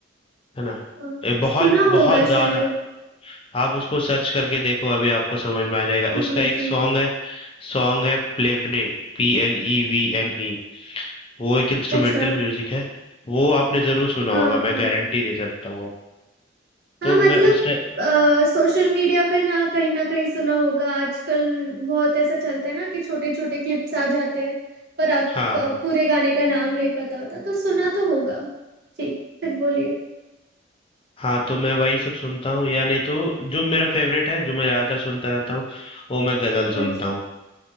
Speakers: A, on the left; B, on the right.
A: है ना
B: हाँ,
A: ए,
B: सुना
A: बहुत
B: होगा
A: बहुत ज्यादा
B: शायद
A: आप उसको सर्च करके देखो अभी आपको समझ में आ जाएगा
B: जी
A: उसका एक
B: जी
A: सॉन्ग है सॉन्ग है प्लेवने P L E V N E वो एक इंस्ट्रूमेंटल
B: अच्छा
A: म्यूजिक है वो आपने जरूर सुना
B: हाँ
A: होगा मैं
B: हाँ
A: गारंटी दे सकता हूँ आपको तो
B: हाँ मतलब
A: मैं उस टाइम
B: सोशल मीडिया पे ना कहीं ना कहीं सुना होगा आजकल बहुत ऐसा चलता है ना कि छोटे छोटे क्लिप्स आ जाते हैं पर आप
A: हाँ
B: प-
A: हाँ
B: पूरे गाने का नाम नहीं पता होता तो सुना तो होगा ठीक फिर बोलिए
A: हाँ तो मैं वही सब सुनता हूँ या नहीं तो जो मेरा फेवरेट है जो मैं ज्यादातर सुनता रहता हूँ वो मैं गजल
B: अच्छा
A: सुनता हूँ